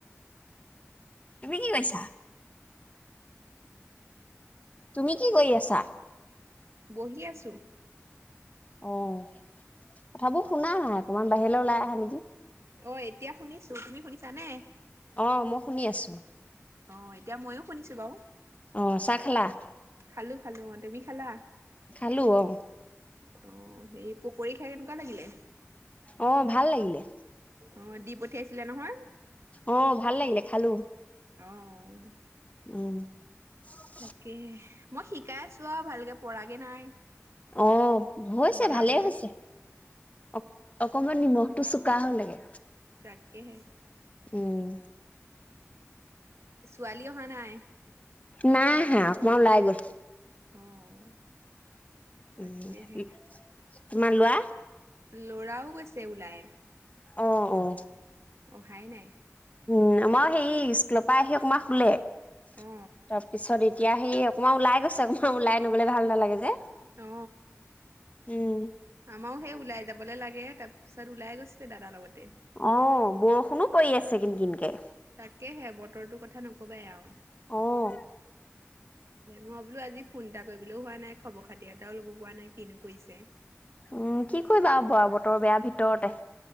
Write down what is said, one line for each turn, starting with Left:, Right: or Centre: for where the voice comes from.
Left: তুমি কি কৰিছা? তুমি কি কৰি আছা?
Right: বহি আছো।
Left: অ ', কথাবোৰ শুনা নাই অকমান বাহিৰলৈ ওলাই আহা নেকি?
Right: অ', এতিয়া শুনিছো। তুমি শুনিছানে?
Left: অ', মই শুনি আছো।
Right: অ ', এতিয়া ময়ো শুনিছো বাৰু
Left: অ চাহ খালা
Right: খালো- খালো অ', তুমি খালা?
Left: খালো অ
Right: অহ, সেই পকৰি খাই কেনেকুৱা লাগিলে?
Left: অ ', ভাল লাগিলে।
Right: অ', দি পঠিয়াইছিলে নহয়।
Left: অ', ভাল লাগিলে খালো।
Right: অহ ',
Left: উম, '
Right: তাকে, মই শিকাই আছো আৰু ভালকে পৰাগে নাই।
Left: অহ ', হৈছে,
Right: বনাবলে
Left: ভালেই হৈছে। অ, ' অকমান নিমখ, -টো চুকা হ'ল লাগে।
Right: তাকেহে।
Left: উম',
Right: ছোৱালী অহা নাই?
Left: নাই আহা, অকমান উলাই গল।
Right: অ', তাকেহে
Left: উম', তোমাৰ ল'ৰা?
Right: ল'ৰাও গৈছে, ওলাই।
Left: অ', অ',।
Right: অহাই নাই
Left: উম, মই হেৰি স্কুলৰ পৰা আহি, সুমা, শুলে। তাৰপিছৰ
Right: অ
Left: বিধ এতিয়া সি অকণমান ওলাই গৈছে, অকমান ওলাই নবলে ভাল নালাগে। যে।
Right: অ,
Left: উম,
Right: আমাৰও সেই ওলাই যাবলে লাগে, তাৰপিছত। ওলাই গৈছে দাদাৰ লগত।
Left: অ, বৰষুণত। কৰি আছে, কিনকিনকৈ।
Right: তাকেহে বতৰটোৰ কথা নকবাই আৰু।
Left: অহ।
Right: মই বোলো আজি ফোন এটা কৰিবলৈও হোৱা নাই, খবৰ খাতি এটাও ল'ব প নাই কিনো কৈছে?
Left: উম, কি কৰিবা আৰু বতৰ বেয়াৰ ভিতৰতে।